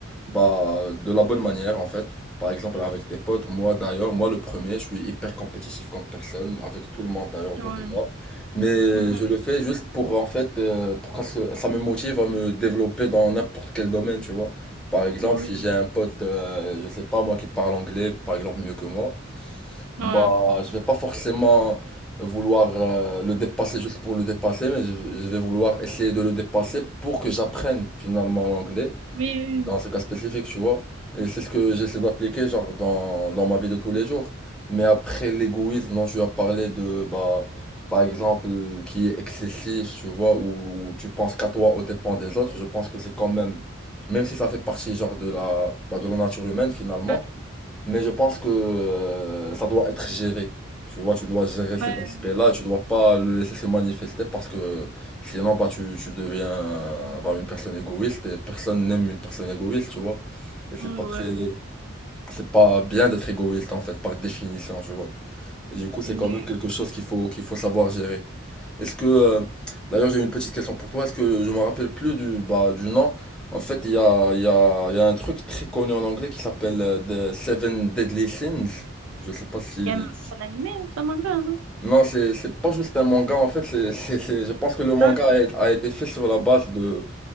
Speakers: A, in the centre; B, on the right (about 75°).
A: bah de la bonne manière en fait. Par exemple avec tes potes, moi d'ailleurs, moi le premier, je suis hyper compétitif comme personne, avec tout le monde d'ailleurs autour
B: ouais.
A: de moi. Mais
B: mhm,
A: je le fais juste pour en fait euh, pour que ça ça me motive à me développer dans n'importe quel domaine, tu vois. Par exemple,
B: Oui,
A: si j'ai un pote, euh, je sais pas moi, qui parle anglais, par exemple, mieux que moi.
B: ouais.
A: Bah, je vais pas forcément vouloir euh, le dépasser juste pour le dépasser, mais je, je vais vouloir essayer de le dépasser pour que j'apprenne finalement l'anglais,
B: Oui,
A: dans ce cas spécifique, tu vois. Et c'est ce que j'essaie
B: oui.
A: d'appliquer genre dans, dans ma vie de tous les jours. Mais après l'égoïsme dont tu as parlé de, bah, par exemple, qui est excessif, tu vois, où, où tu penses qu'à toi au dépens des autres, je pense que c'est quand même, même si ça fait partie genre de la, bah, de la nature humaine finalement,
B: Ah,
A: mais je pense que euh, ça doit être géré. Tu vois, tu dois gérer cet
B: Ouais,
A: aspect-là, tu dois pas le laisser se manifester parce que sinon, bah, tu, tu deviens bah, une personne égoïste et personne n'aime une personne égoïste, tu vois. Et c'est
B: ouais.
A: pas
B: ouais,
A: très, c'est pas bien d'être égoïste en fait, par définition, tu vois. Et du coup, c'est
B: Oui.
A: quand même quelque chose qu'il faut, qu'il faut savoir gérer. Est-ce que, euh, d'ailleurs, j'ai une petite question pour toi. Est-ce que je me rappelle plus du, bah, du nom? En fait, il y a, il y a, il y a un truc très connu en anglais qui s'appelle euh, The Seven Deadly Sins. Je sais pas si.
B: Il y a un animé ou ça, manga, non?
A: Non, c'est, c'est pas juste un manga, en fait. C'est, c'est, c'est- je pense que le manga
B: Ah,
A: a, a été fait sur la base de,